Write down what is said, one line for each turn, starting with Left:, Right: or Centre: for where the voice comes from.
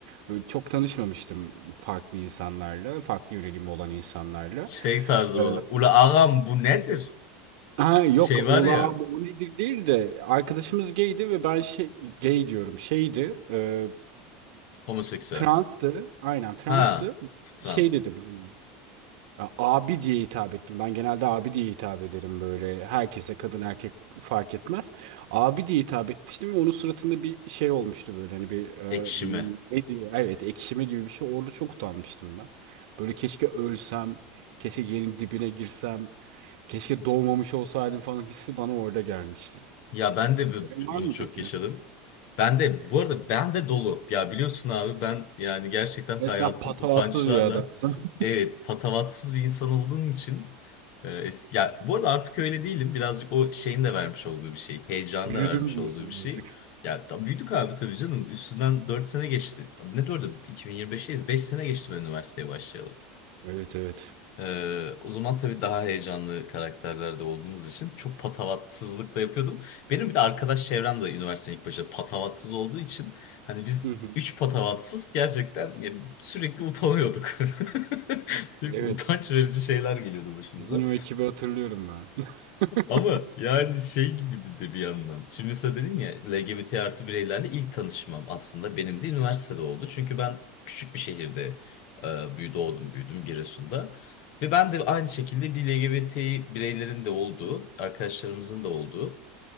Right: Böyle Çok tanışmamıştım farklı insanlarla, farklı yönelimi olan insanlarla.
Left: Şey tarzı
Right: Ee,
Left: böyle, ula ağam bu nedir?
Right: ha yok
Left: Şey
Right: ulağım
Left: var ya,
Right: o nedir değil de arkadaşımız gaydi ve ben şey gay diyorum şeydi e,
Left: homoseksüel.
Right: transtı aynen transtı
Left: Ha, trans,
Right: şey dedim Ya Abi diye hitap ettim. Ben genelde abi diye hitap ederim böyle. Herkese kadın erkek fark etmez. Abi diye hitap etmiştim ve onun suratında bir şey olmuştu böyle. Hani bir e,
Left: ekşime.
Right: ne diyor? Evet ekşime gibi bir şey. Orada çok utanmıştım ben. Böyle keşke ölsem. Keşke yerin dibine girsem. Keşke doğmamış olsaydım falan hissi bana orada gelmişti.
Left: Ya ben de bu-
Right: Senin var
Left: bunu
Right: mı
Left: çok
Right: peki?
Left: yaşadım. Ben de bu arada ben de dolu. Ya biliyorsun abi ben yani gerçekten
Right: Ve
Left: hayatım
Right: sen patavatsız
Left: utançlarla
Right: bir adamsın. <laughs>
Left: evet patavatsız bir insan olduğum için e, es- ya bu arada artık öyle değilim. Birazcık o şeyin de vermiş olduğu bir şey. Heyecanın
Right: Büyüdüm
Left: da vermiş
Right: diyorsun
Left: olduğu bir şey.
Right: artık.
Left: Ya ta- büyüdük abi tabii canım. Üstünden 4 sene geçti. Ne 4'ü? 2025'teyiz. 5 sene geçti ben üniversiteye başlayalım.
Right: Evet evet.
Left: Ee, o zaman tabii daha heyecanlı karakterlerde olduğumuz için çok patavatsızlık da yapıyordum. Benim bir de arkadaş çevrem de üniversitenin ilk başta patavatsız olduğu için hani biz
Right: Hı hı.
Left: üç patavatsız gerçekten ya, sürekli utanıyorduk. <laughs> Sürekli
Right: Evet.
Left: utanç verici şeyler geliyordu başımıza.
Right: Sizin o ekibi hatırlıyorum ben. <laughs>
Left: Ama yani şey gibi de, de bir yandan. Şimdi mesela dedin ya LGBT artı bireylerle ilk tanışmam aslında benim de üniversitede oldu. Çünkü ben küçük bir şehirde e, büyü doğdum büyüdüm Giresun'da. Ve ben de aynı şekilde bir LGBT bireylerin de olduğu, arkadaşlarımızın da olduğu